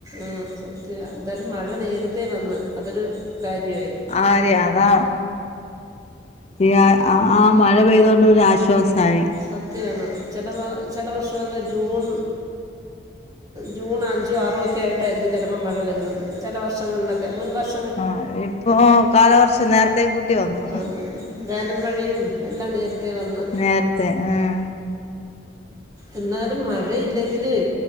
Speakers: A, on the right (about 20°); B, on the left (about 35°).
A: ആഹ് സത്യവാ. എന്തായാലും മഴ നേരത്തെ വന്ന് അതൊരു കാര്യവായി.
B: ആര്യ അതാ പിന്നാ അ ആ മഴ പെയ്തോണ്ട് ഒരാശ്വാസായി.
A: സത്യാണ്. ചെല വാ ചെല വർഷൊ ഒക്കെ ജൂൺ, ജൂൺ അഞ്ചു ആറും ഒക്കെ ആയിട്ടായിരിക്കും ചെലപ്പം മഴ വരുന്നത്. ചെല വർഷങ്ങളിലൊക്കെ മുൻ വർഷ
B: ആഹ് ഇപ്പോ കാലവർഷം നേരത്തെ കൂട്ടി വന്നു.
A: വന്ന് വേനൽ മഴയും എല്ലാം നേരത്തെ വന്ന്‌.
B: നേരത്തെ ആഹ്.
A: എന്നാലും മഴയില്ലെങ്കിലുവേ